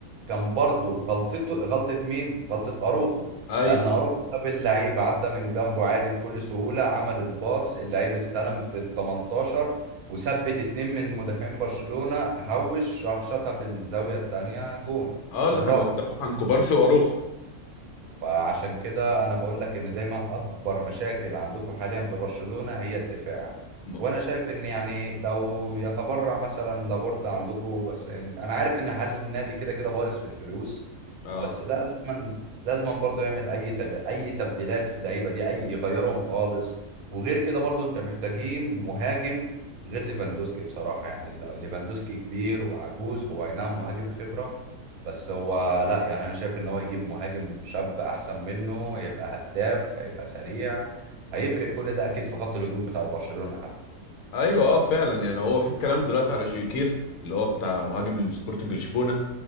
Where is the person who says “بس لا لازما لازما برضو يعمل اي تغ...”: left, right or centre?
Right